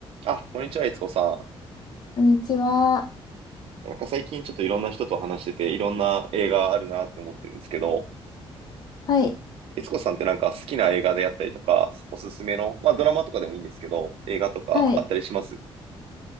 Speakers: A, on the right; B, on the left.
A: あ、こんにちは、いつこさ
B: こんにちは。
A: ん。なんか最近ちょっといろんな人と話してて、いろんな映画あるなって思ってるんですけど、
B: はい。
A: いつこさんってなんか好きな映画であったりとか、おすすめの、まあドラマとかでもいいんですけど、映画とかあったりします
B: はい。